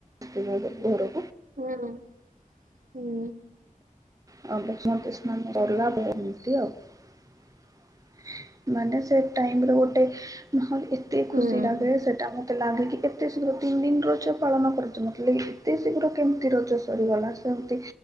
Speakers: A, on the right (about 25°); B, on the right (about 70°).
A: ବ ସେମନେ
B: ହୁଁ ହୁଁ ହୁଁ
A: ବମତ ସେମାନେେ ଡରଲା ଭନ୍ତି ଆଉ ମାନେ ସେ ଟାଇମ ଗୋଟେ ନହେ ଏତେ
B: ହୁଁ
A: ଖୁସି ଲାଗେ ସେଟା ମତେ ମତୋଗେ କି ଏତ ଶୀଘ୍ର ତିନି ଦିନ ର ପାଳନ କର। ମତ ଏତେ ଶୀଘ୍ର କେମିତି ରଜ ସରିଗଲା ସେମତି